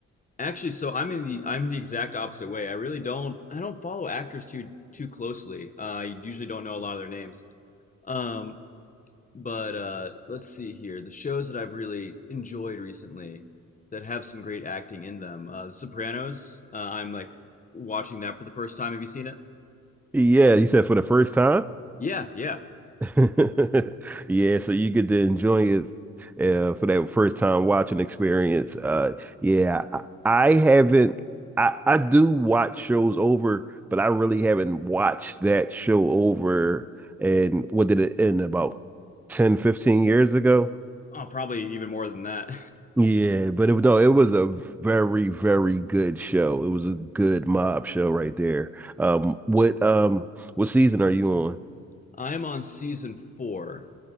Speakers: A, on the left; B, in the centre.
A: Actually, so I'm in the I'm the exact opposite way. I really don't I don't follow actors too too closely. Uh, I usually don't know a lot of their names. Um, but uh, let's see here. The shows that I've really enjoyed recently that have some great acting in them. Uh, The Sopranos. Uh, I'm like watching that for the first time. Have you seen it?
B: Yeah, you said for the first time?
A: Yeah, yeah.
B: <laughs> Yeah, so you get to enjoy it uh, for that first time watching experience. Uh, yeah, I, I haven't. I, I do watch shows over, but I really haven't watched that show over. And what did it end about 10, 15 years ago?
A: Oh, probably even more than that.
B: Yeah, but it was no, it was a very, very good show. It was a good mob show right there. Um, what um, what season are you on?
A: <laughs> I'm on season four.